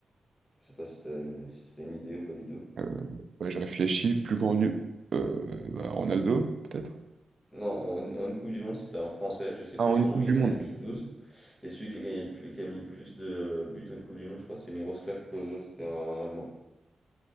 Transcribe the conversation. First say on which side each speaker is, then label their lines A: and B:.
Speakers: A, on the left; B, on the right.
A: Je sais pas si t'as une, si t'as une idée ou pas du tout.
B: Euh, ouais, je réfléchis, plus connu, euh, bah, Ronaldo, peut-être?
A: Non, en, en Coupe du Monde, c'était un Français, je sais
B: Ah,
A: plus
B: en
A: son
B: une Coupe
A: nom, mais
B: du
A: il en
B: Monde.
A: avait mis douze Et celui qui a gagné le plus, qui a mis le plus de buts en Coupe du Monde, je crois, c'est Miroslav Klose, c'était un, un Allemand.